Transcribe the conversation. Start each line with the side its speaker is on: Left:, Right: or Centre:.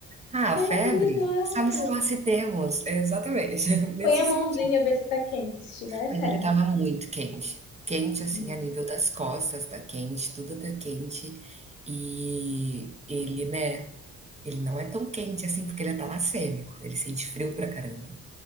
Right: Ah, a febre,
Left: É, que legal.
Right: sabe se lá se temos, É, exatamente, <laughs> nesse
Left: Põe a mãozinha,
Right: sentido.
Left: vê se tá quente. Se tiver, é febre.
Right: Mas ele tava muito quente, quente assim
Left: Hum.
Right: a nível das costas, tá quente, tudo tá quente. E ele, né, ele não é tão quente assim porque ele é talassêmico, ele sente frio pra caramba.